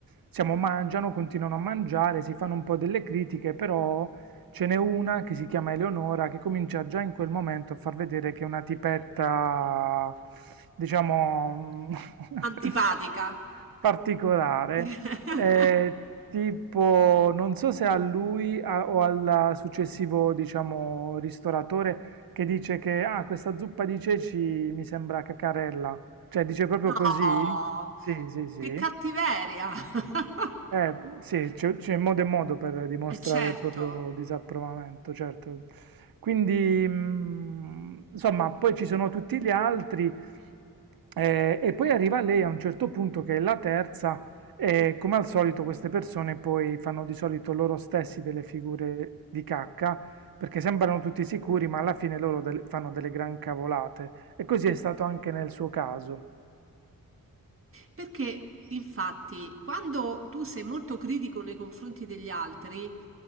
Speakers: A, on the right; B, on the right.
A: siamo, mangiano, continuano a mangiare, si fanno un po' delle critiche, però ce n'è una che si chiama Eleonora che comincia già in quel momento a far vedere che è una tipetta, diciamo, mm, <laughs>
B: antipatica.
A: particolare.
B: <laughs>
A: Eh, Tipo, non so se a lui a- o al successivo, diciamo, ristoratore che dice che ah, questa zuppa di ceci mi sembra caccarella. Cioè, dice proprio
B: No,
A: così? Sì, sì, sì.
B: che cattiveria! <laughs>
A: Eh, sì, c'è c'è modo e modo per dimostrare
B: E certo.
A: il proprio disapprovamento, certo. Quindi, mh, insomma, poi ci sono tutti gli altri, eh, e poi arriva lei a un certo punto che è la terza, e come al solito queste persone poi fanno di solito loro stessi delle figure di cacca, perché sembrano tutti sicuri, ma alla fine loro del- fanno delle gran cavolate. E così è stato anche nel suo caso.
B: Perché infatti quando tu sei molto critico nei confronti degli altri,